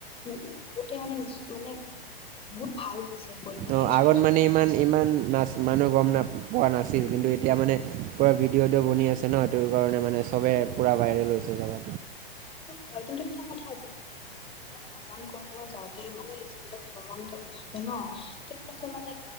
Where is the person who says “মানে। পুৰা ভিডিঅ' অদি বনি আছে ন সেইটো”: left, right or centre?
Right